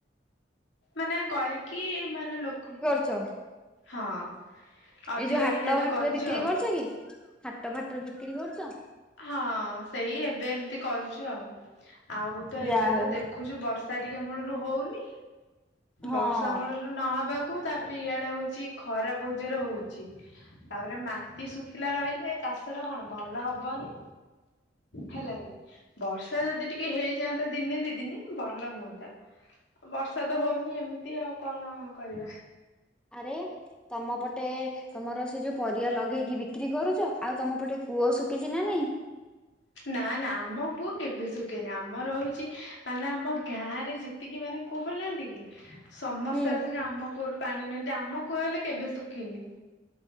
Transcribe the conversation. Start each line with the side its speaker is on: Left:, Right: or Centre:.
Left: ମାନେ କରିକି ମାନେ ଲୋକ
Centre: ଞ୍ଚ
Left: ହଁ ଅଧିକ
Centre: ଏଇ ଯୋଉ ହାଟ
Left: ଟିକେ ଏବେ
Centre: ଫାଟ
Left: କରୁଛୁ
Centre: ରେ ବିକ୍ରି
Left: ଆଉ।
Centre: କରୁଛ କି ହାଟ ଫାଟ ରେ ବିକ୍ରି କରୁଛ?
Left: ହଁ ସେଇ ଏବେ ଏମିତି କରୁଛୁ ଆଉ ଆଉ ତ
Centre: ଯା
Left: ଏବେ
Centre: ହଉ।
Left: ତ ଦେଖ। ଦେଖୁଛୁ ବର୍ଷା ଟିକେ ମୂଳରୁ ହଉନି
Centre: ହଁ
Left: ବର୍ଷାମୂଳ। ନହବାକୁ ତାପରେ ଇଆଡେ ହଉଛି ଖରା ବୋଜର ହଉଛି। ତାପରେ ମାଟି ଶୁଖିଲା ରହିଲେ ଚାଷ ଟା କଣ ଭଲ ହବ। ବନି ହେଲା କି। ବର୍ଷା ଯଦି ଟିକେ ହେଇଯାଆନ୍ତା ଦିନେ ଦି ଦିନି ଭଲ ହୁଅନ୍ତା। ବର୍ଷା ତ ହଉନି ଏମିତି ଆଉ କଣ କରିବା।
Centre: ଆରେ ତମ ପଟେ? ତମର ସେ ଯୋଉ ପରିବା ଲଗେଇକି ବିକ୍ରି କରୁଛ ଆଉ ତମ ପଟେ କୂଅ ଶୁଖିଛି ନା ନାଇଁ?
Left: ନା ନା ଆମକୁ କେବେ ଶୁଖେନି ଆମର ରହୁଛି ମାନେ ଆମ ଗାଁ ରେ ଯେ ଟତିକି ମାନେ କୁହୁନାହାନ୍ତି କି ସମସ୍ତେ
Centre: ହୁଁ
Left: ଆସିକି ଆମ କୂଅରୁ ପାଣି ନିଅନ୍ତି ଆମ କୂଅ ହେଲେ କେବେ ଶୁଖିନି।